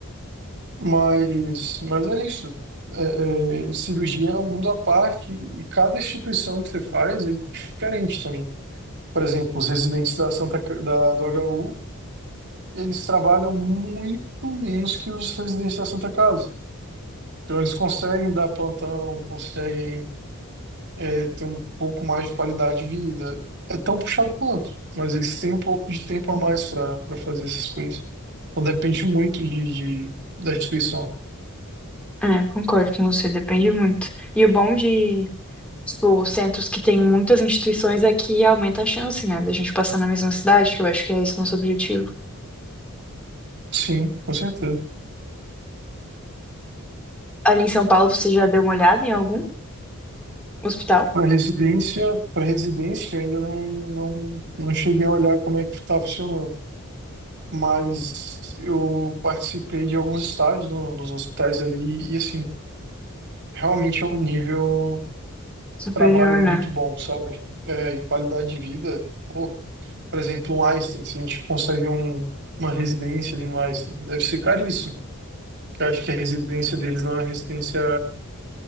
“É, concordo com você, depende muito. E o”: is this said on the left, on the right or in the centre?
Centre